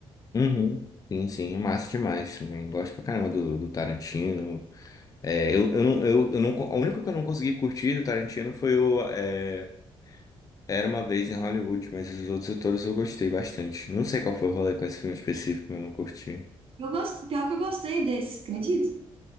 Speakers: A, on the left; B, on the right.
A: Uhum. Sim, sim, é massa demais também. Gosto pra caramba do, do Tarantino. É, eu, eu, não- eu, eu não, a única que eu não consegui curtir do Tarantino foi o. é, Era uma vez em Hollywood, mas os outros todos eu gostei bastante. Não sei qual foi o rolê com esse filme específico, eu não curti.
B: Eu gosto, pior que eu gostei desse, acredita?